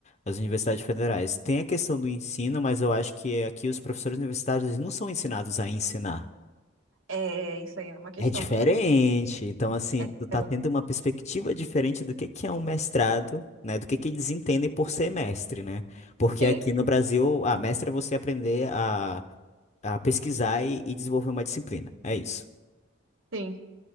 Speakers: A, on the left; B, on the right.
A: as universidades federais tem a questão do ensino, mas eu acho que aqui os professores universitários eles não são ensinados a ensinar.
B: É, isso aí é uma questão
A: É diferente.
B: também.
A: Então, assim,
B: É
A: tu
B: diferente.
A: tá tendo uma perspectiva diferente do que que é um mestrado, né? Do que que eles entendem por ser mestre, né? Porque
B: Sim,
A: aqui no Brasil, ah, mestre é você aprender a a pesquisar e, e desenvolver uma disciplina. É isso.
B: sim.